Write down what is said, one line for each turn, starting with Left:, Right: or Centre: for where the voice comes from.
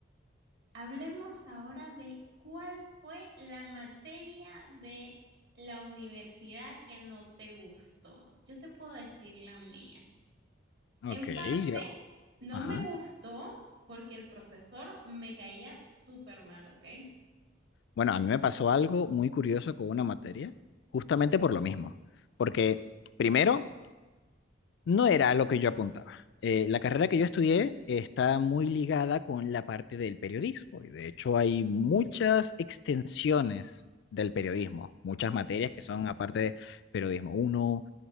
Right: hablemos ahora de cuál fue la materia de la universidad que no te gustó. Yo te puedo decir la mía. En
Left: Ok,
Right: parte,
Left: yo,
Right: no
Left: ajá.
Right: me gustó porque el profesor me caía súper mal, ¿ok?
Left: Bueno, a mí me pasó algo muy curioso con una materia, justamente por lo mismo. Porque primero, No era lo que yo apuntaba. Eh, la carrera que yo estudié está muy ligada con la parte del periodismo. y De hecho, hay muchas extensiones del periodismo, muchas materias
Right: Ok.
Left: que son aparte de periodismo uno,